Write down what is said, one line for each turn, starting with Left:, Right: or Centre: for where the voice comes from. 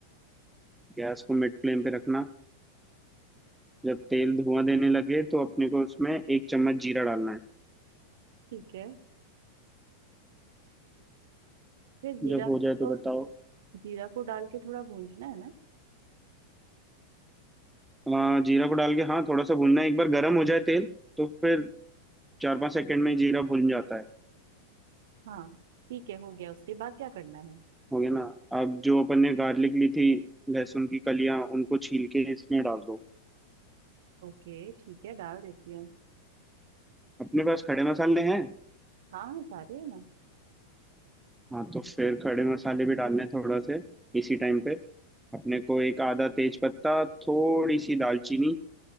Centre: गैस को मिड फ्लेम पे रखना जब तेल धुआं देने लगे तो अपने को उसमें एक चम्मच जीरा डालना है
Right: ठीक है फिर जीरा
Centre: जब हो जाए तो
Right: को
Centre: बताओ
Right: जीरा को डाल के थोड़ा भूंजना है ना
Centre: आ, जीरा को डाल के हाँ थोड़ा सा भूनना है एक बार गर्म हो जाए तेल तो फिर चार पाँच सेकंड में जीरा भून जाता है
Right: हाँ ठीक है हो गया उसके बाद क्या करना है
Centre: हो गया ना अब जो अपन ने गार्लिक ली थी लहसुन की कलियां उनको छील के इसमें डाल दो
Right: ओके ठीक है डाल देती हूँ
Centre: अपने पास खड़े मसाले हैं
Right: हाँ हाँ सारे है ना
Centre: हाँ तो फिर खड़े मसाले भी डालने हैं थोड़ा से इसी टाइम पे अपने को एक आधा तेज पत्ता थोड़ी सी दालचीनी